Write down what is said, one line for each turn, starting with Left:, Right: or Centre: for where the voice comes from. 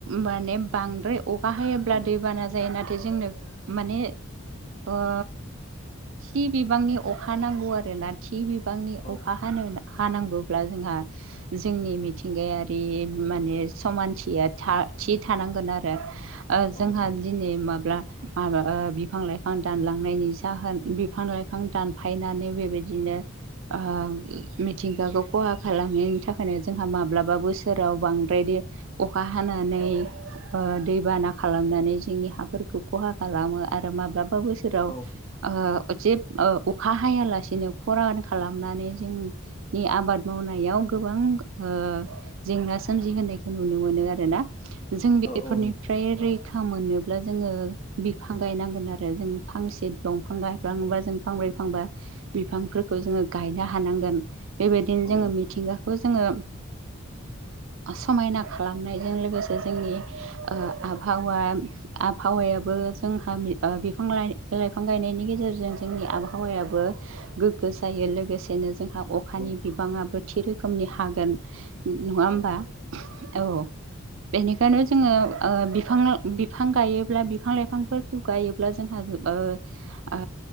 Right: माने बांद्राय अखा हायोब्ला
Left: औ
Right: दैबाना जायो नाथाय जोंनो माने ओ थि बिबांनि अखा नांगौ आरोना थि बिबांनि
Left: औ
Right: अखा हानो हानांगौब्ला जोंहा जोंनि मिथिंगायारि बेम माने समानथिया था थि थानांगोन आरो ओ जोंहा
Left: औ नंगौ
Right: दिनै माब्ला <unintelligible> बिफां -लाइफां दानलांनायनि जाहोन बिफां लाइफां दानफायनानै बेबायदिनो <unintelligible> मिथिंगाखौ खहा खालामैनायनि थाखायनो जोंहा माब्लाबा बोसोराव बांद्रायदि अखा हानानै ओ दैबाना खालामनानै जोंनि हाफोरखौ खहा खालामो आरो माब्लाबा बोसोराव
Left: औ
Right: ओ से अखा हायालासिनो खरान खालामनानै जों नि आबाद मावनायाव गोबां ओ जेंना सोमजिहोनायखौ नु नुनो मोनो आरोना जों बेफोरनिफ्राय
Left: औ औ
Right: रै फखा मोनोब्ला जोङो बिफां गायनांगोन आरो जों फांसे दंफां गाय बिफांबा जों फांब्रै फांबा बिफांफोरखौ जोंङो गायनो हानांगोन। बेबायदिनो जोंङो
Left: औ
Right: मिथिंगाखौ जोंङो समायना खालामनायजों लोगोसे जोंनि ओ आबहावा आबहावायाबो जोंहा बिफां लाइफां गायनायनि गेजेरजों जोंनि आबहावायाबो गोग्गो जायो लोगोसेनो जोंहा अखानि
Left: औ
Right: बिबाङाबो थि रोखोमनि हागोन नङा होमबा
Left: औ
Right: औ बेनिखायनो जोंङो बिफां बिफां गायोब्ला बिफां लाइफांफोरखौ गायो ब्ला जोंहा